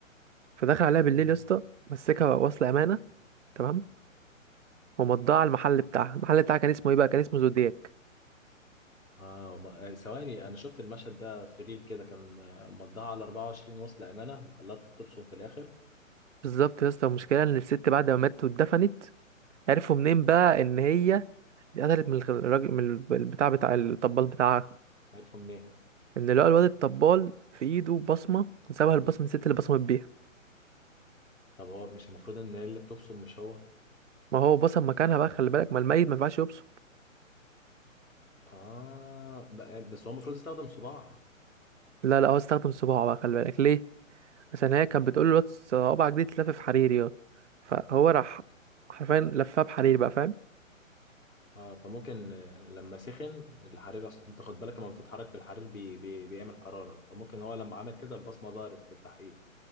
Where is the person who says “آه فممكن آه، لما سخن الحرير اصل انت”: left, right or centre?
Left